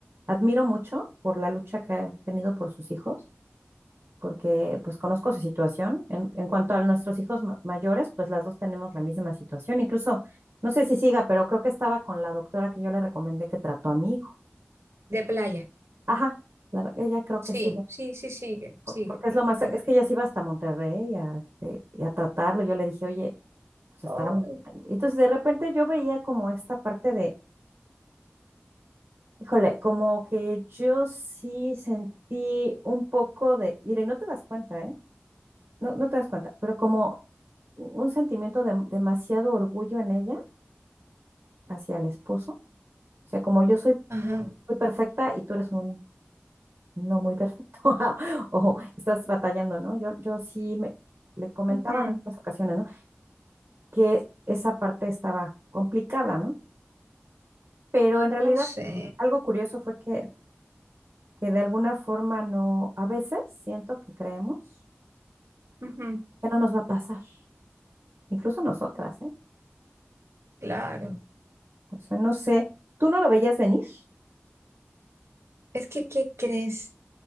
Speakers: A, on the right; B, on the right.
A: admiro mucho por la lucha que ha tenido por sus hijos, porque pues conozco su situación. En, en cuanto a nuestros hijos ma- mayores, pues las dos tenemos la misma situación. Incluso, no sé si siga, pero creo que estaba con la doctora que yo le recomendé que trató a mi hijo.
B: de playa.
A: Ajá, la doc- ella creo
B: Sí,
A: que sigue,
B: sí, sí, sigue, sigue.
A: por- porque es lo
B: Ujú.
A: más, es que ella se iba hasta Monterrey a, este, y a tratarlo. Yo le dije, oye, pues
B: Ay.
A: estaba muy... Entonces de repente yo veía como esta parte de Híjole, como que yo sí sentí un poco de, mire, no te das cuenta, ¿eh? No, no te das cuenta, pero como un sentimiento de demasiado orgullo en ella hacia el esposo. O sea, como yo soy
B: Ajá,
A: muy perfecta y tú eres un no muy perfecto, <laughs> o estás batallando, ¿no? Yo, yo sí me, le comentaba
B: ujú.
A: en algunas ocasiones, ¿no? Que esa parte estaba complicada, ¿no? Pero en realidad
B: No sé,
A: algo curioso fue que, que de alguna forma no, a veces siento que creemos.
B: Ujú,
A: que no nos va a pasar, incluso nosotras, ¿eh?
B: Claro.
A: O sea, no sé, ¿tú no lo veías venir?
B: Es que, ¿qué crees?